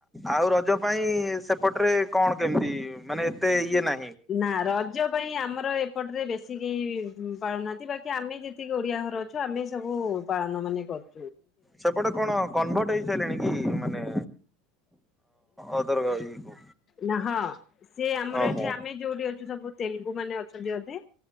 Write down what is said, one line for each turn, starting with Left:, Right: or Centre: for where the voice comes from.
Centre: ଆଉ ରଜ ପାଇଁ ସେ ପଟରେ କଣ କେମିତି ମାନେ ଏତେ ଇଏ ନା
Left: ନା ରଜ ପାଇଁ ଆମର ଏପଟରେ ବେଶୀ କି କେହି ପାଳୁନାହାନ୍ତି ବାକି ଆମେ ଯେତିକି ଓଡ଼ିଆ ଘର ଅଛୁ ଆମେ ସବୁ ପାଳନ ମାନେ କରୁ।
Centre: ସେପଟେ କଣ କନଭର୍ଟ ହେଇସାରିଲିଣି କି ମାନେ ଅଦର ଇଏକୁ
Left: ନା ହଁ ସିଏ ଆମର
Centre: ଓହୋ
Left: ଏଠି ଆମେ ଯୋଉଠି ଅଛୁ ସବୁ ତେଲ ମାନେ ଅଛନ୍ତି ଅଧେ।